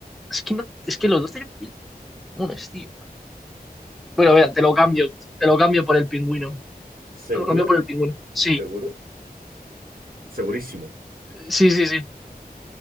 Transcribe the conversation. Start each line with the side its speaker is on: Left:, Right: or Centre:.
Centre: Es que, no, es que los dos tienen pulmones, tío. Bueno, mira, te lo cambio, te lo cambio por el pingüino.
Right: ¿Seguro?
Centre: Te lo cambio por el pingüino. Sí,
Right: ¿Seguro? Segurísimo.
Centre: sí, sí, sí.